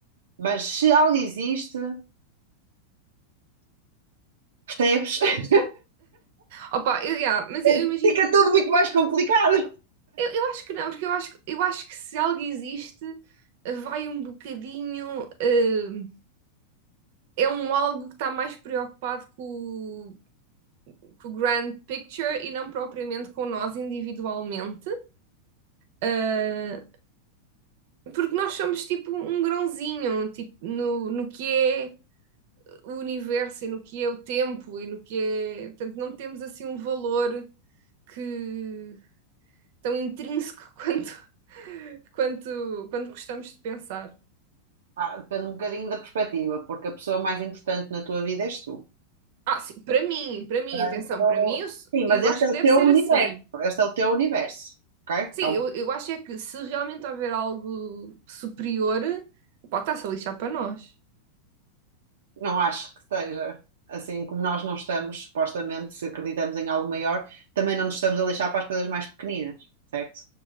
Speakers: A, on the right; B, on the right.
A: Mas se algo existe, percebes?
B: Opa, eu, yeah, mas
A: <laughs>
B: eu, eu imagino,
A: Fica tudo muito mais complicado.
B: eu, eu acho que não, porque eu acho, que- eu acho que se algo existe, eh, vai um bocadinho. eh, é um algo que está mais preocupado com, o- com o grand picture e não propriamente com nós individualmente. Eh, porque nós somos tipo um grãozinho, tipo, no, no que é o universo e no que é o tempo e no que é. Portanto, não temos assim um valor que tão intrínseco quanto, <laughs> quanto, quanto gostamos de pensar.
A: Ah, depende um bocadinho da perspectiva, porque a pessoa mais importante na tua vida és tu.
B: Ah, sim, para mim, para mim,
A: Portanto,
B: atenção, para mim, eu,
A: sim, mas
B: eu
A: este
B: acho
A: é
B: que
A: o
B: deve
A: teu
B: ser
A: universo.
B: assim.
A: Este é o teu universo, ok?
B: Sim,
A: É um-
B: eu, eu acho é que se realmente houver algo superior, pá, está-se a lixar para nós.
A: não acho que seja assim como nós não estamos, supostamente, se acreditamos em algo maior, também não nos estamos a lixar para as coisas mais pequeninas, certo?